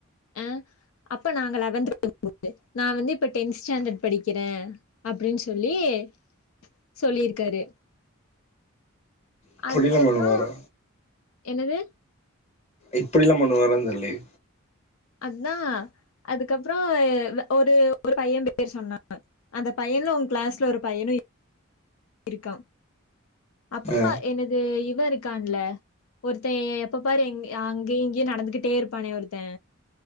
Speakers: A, on the left; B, on the left.
A: அ அப்ப நாங்க லெவன்த் <unintelligible> நா வந்து இப்ப டென்த் ஸ்டாண்டர்ட் படிக்கிறே அப்டின் சொல்லி எ சொல்லிருக்காரு
B: இப்புடிலா
A: அதுக்கப்புறோ
B: பண்ணுவாரா
A: என்னது
B: இப்படில்லா பண்ணுவாரான் தெர்லயே
A: அதா அதுக்கப்றோ ஒரு ஒரு பையன் பேர் சொன்னா அந்த பையன் என்ன உங் க்ளாஸ்ல ஒரு பையனு இரு இருக்கான் அப்போ
B: ஆ
A: எனது இவருக் இருக்கான்ல ஒருத்தே எப்ப பாரு எ அங்கயு இங்கயு நடந்துகிட்டே இருப்பானே ஒருத்த